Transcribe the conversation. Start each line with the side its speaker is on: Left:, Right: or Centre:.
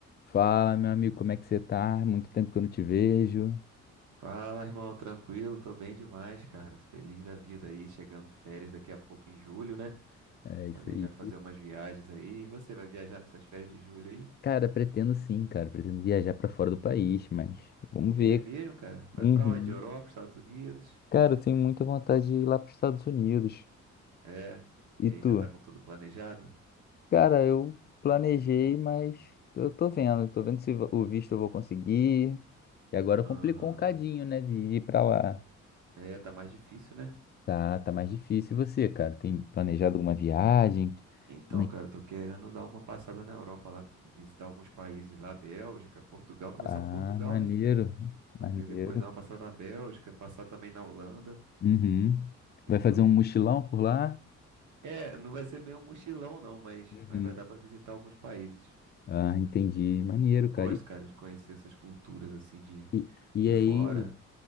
Left: Fala, meu amigo, como é que você tá? Muito tempo que eu não te vejo.
Right: Fala, irmão, tranquilo? Tô bem demais, cara. Feliz da vida aí, chegando férias daqui a pouco em julho, né?
Left: É isso
Right: Planejar
Left: aí.
Right: fazer umas viagens aí. E você vai viajar nessas férias de julho aí?
Left: Cara, pretendo sim, cara. Pretendo viajar pra fora do país, mas vamos ver.
Right: É mesmo, cara. Vai
Left: Uhum.
Right: pra onde? Europa, Estados Unidos?
Left: Cara, eu tenho muita vontade de ir lá pros Estados Unidos.
Right: É.
Left: E
Right: E aí
Left: tu?
Right: já tá com tudo planejado?
Left: Cara, eu planejei, mas eu tô vendo. Tô vendo se o visto eu vou conseguir. E agora
Right: Aham.
Left: complicou um cadinho, né, de ir pra lá.
Right: É, tá mais difícil, né?
Left: Tá, tá mais difícil. E você, cara? Tem planejado alguma viagem?
Right: Então,
Left: Como é
Right: cara,
Left: que-
Right: tô querendo dar uma passada na Europa lá, visitar alguns países lá, Bélgica, Portugal, começar
Left: Ah,
Right: por Portugal,
Left: maneiro.
Right: né? Mas
Left: Maneiro.
Right: aí depois dar uma passada na Bélgica, passar também na Holanda,
Left: Uhum.
Right: entendeu?
Left: Vai fazer um mochilão por lá?
Right: É, não vai ser bem um mochilão não, mas,
Left: Uhum.
Right: mas vai dar pra visitar alguns países.
Left: Ah, entendi. Maneiro,
Right: Eu gosto,
Left: cara. E,
Right: cara, de conhecer essas culturas assim de,
Left: e e
Right: de
Left: aí,
Right: fora.